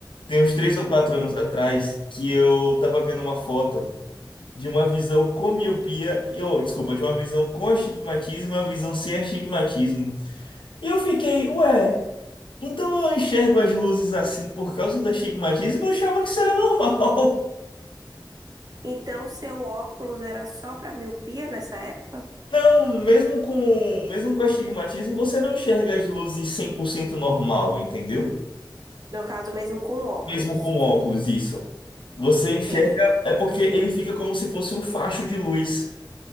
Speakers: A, on the left; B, on the right.
A: Tem uns três ou quatro anos atrás que eu tava vendo uma foto de uma visão com miopia, ou desculpa, de uma visão com astigmatismo e uma visão sem astigmatismo. E eu fiquei, ué, então eu enxergo as luzes assim por causa do astigmatismo? Eu achava que isso era normal. <laughs>
B: Então, seu óculos era só para miopia nessa época?
A: Não, mesmo com, mesmo com astigmatismo, você não enxerga as luzes 100% normal, entendeu?
B: No caso, mesmo com óculos.
A: Mesmo com óculos, isso. Você enxerga,
B: Entende?
A: é porque ele fica como se fosse um facho de luz.